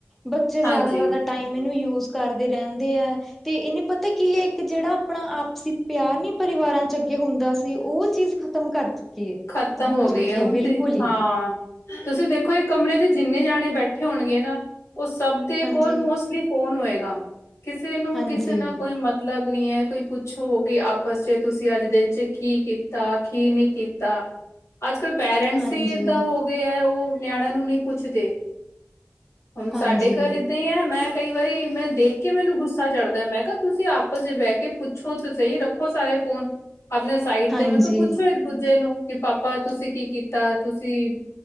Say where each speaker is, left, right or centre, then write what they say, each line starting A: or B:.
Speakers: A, in the centre; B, on the left (about 80°).
A: ਬੱਚੇ
B: ਹਾਂਜੀ
A: ਜ਼ਿਆਦਾ ਜ਼ਿਆਦਾ ਟਾਈਮ ਇਹਨੂੰ ਯੂਜ ਕਰਦੇ ਰਹਿੰਦੇ ਹੈ ਤੇ ਏਹ ਨੀ ਪਤਾ ਕੀ ਹੈ, ਇੱਕ ਜਿਹੜਾ ਆਪਣਾ ਆਪਸੀ ਪਿਆਰ ਨੀ ਪਰਿਵਾਰਾਂ ਚ ਅੱਗੇ ਹੁੰਦਾ ਸੀ, ਉਹ ਚੀਜ਼ ਖ਼ਤਮ ਕਰ ਚੁੱਕੀ ਹੈ
B: ਖਤਮ ਹੋ ਗਈ
A: ਚੁੱਕੀ
B: ਹੈ, ਹੁਣ
A: ਬਿਲਕੁਲ
B: ਤੇ
A: ਹੀ
B: ਹਾਂ ਤੁਸੀਂ ਦੇਖੋ ਇਕ ਕਮਰੇ ਤੇ ਜਿੰਨੇ ਜਾਣੇ ਬੈਠੇ ਹੋਣਗੇ ਨਾ ਉਹ ਸਭ ਦੇ
A: ਹਾਂਜੀ
B: ਕੋਲ ਮੋਸਟ ਫੋਨ ਹੋਏਗਾ ਕਿਸੇ ਨੂੰ
A: ਹਾਂਜੀ
B: ਕਿਸੇ ਨਾਲ ਕੋਈ ਮਤ ਮਤਲਬ ਨੀ ਹੈ, ਕੋਈ ਪੁੱਛੋ ਕਿ ਆਪਸ ਚ ਤੁਸੀਂ ਅੱਜ ਦਿਨ ਚ ਕੀ ਕੀਤਾ ਕੀ ਨਹੀਂ ਕੀਤਾ ਕੀਤਾ। ਅੱਜ ਕੱਲ੍ਹ ਪੇਰੈਂਟਸ
A: ਹਾਂਜੀ
B: ਹੀ ਏਦਾਂ ਹੋ ਗਏ ਹੈ, ਉਹ ਨਿਆਣਿਆਂ ਨੂੰ ਨਹੀਂ ਪੁੱਛਦੇ। ਹੁਣ
A: ਹਾਂਜੀ
B: ਸਾਡੇ ਘਰ ਇਦਾ ਹੈ। ਮੈਂ ਕਈ ਵਾਰੀ ਮੈਂ ਦੇਖ ਕੇ ਮੈਨੂੰ ਗੁੱਸਾ ਚੜ੍ਹਦਾ, ਮੈਂ ਕਿਹਾ ਤੁਸੀਂ ਆਪਸ 'ਚ ਬਹਿ ਕੇ ਪੁੱਛੋ ਤੇ ਸਹੀ, ਰੱਖੋ ਸਾਰੇ ਫੋਨ ਆਪਣੇ ਸਾਈਡ
A: ਹਾਂਜੀ,
B: ਤੇ, ਮੈਂ ਕੋਲ ਪੁੱਛੋ ਇੱਕ ਦੂਜੇ ਨੂੰ ਕਿ ਪਾਪਾ ਪਾਪਾ ਤੁਸੀਂ ਕੀ ਕੀਤਾ, ਤੁਸੀਂ